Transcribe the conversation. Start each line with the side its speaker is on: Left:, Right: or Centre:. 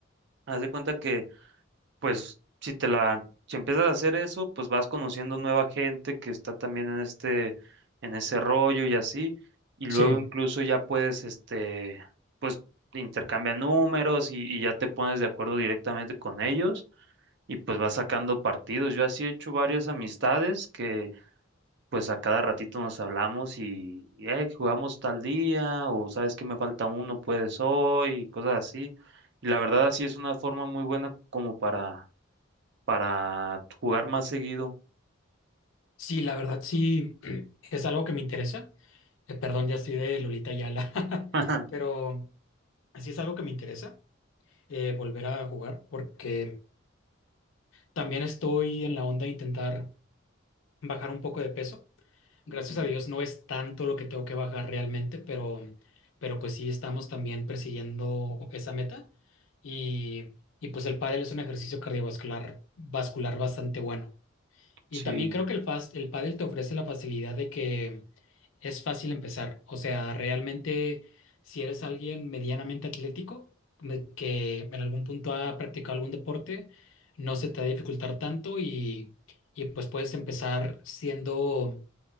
Right: haz de cuenta que pues si te la, si empiezas a hacer eso, pues vas conociendo nueva gente que está también en este, en ese rollo y así, y luego
Left: sí.
Right: incluso ya puedes, este, pues intercambia números y, y ya te pones de acuerdo directamente con ellos y pues vas sacando partidos. Yo así he hecho varias amistades que pues a cada ratito nos hablamos y, y, "Eh, jugamos tal día o sabes que me falta uno, puedes hoy y cosas así. Y la verdad así es una forma muy buena como para para jugar más seguido.
Left: Sí, la verdad sí <clears throat> es algo que me interesa. Eh, perdón, ya estoy de Lolita Ayala, <laughs>
Right: <laughs>
Left: pero así es algo que me interesa, eh, volver a jugar, porque también estoy en la onda de intentar bajar un poco de peso. Gracias
Right: Ujú,
Left: a Dios no es tanto lo que tengo que bajar realmente, pero, pero pues sí estamos también persiguiendo esa meta y, y pues el pádel es un ejercicio cardiovascular vascular bastante bueno. Y
Right: Sí.
Left: también creo que el, fas- el pádel te ofrece la facilidad de que es fácil empezar. O sea, realmente si eres alguien medianamente atlético, me- que en algún punto ha practicado algún deporte, no se te va a dificultar tanto y, y pues puedes empezar siendo,